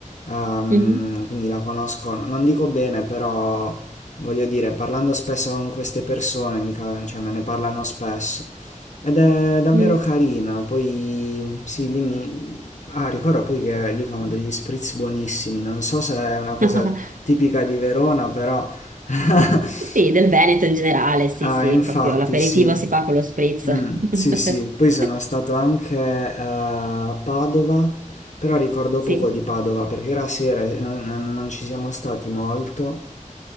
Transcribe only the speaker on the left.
ehm,
quindi la conosco, non dico bene, però voglio dire, parlando spesso con queste persone, mica, cioè me ne parlano spesso, ed è davvero
carina, poi sì, lì mi... Ah, ricordo poi che lì fanno degli spritz buonissimi, non so se è una cosa
tipica di Verona, però... <laughs>
Ah,
infatti,
sì.
Mm, sì, sì,
poi sono stato anche eh, a Padova, però ricordo
poco di Padova perché era sera e non, non ci siamo stati molto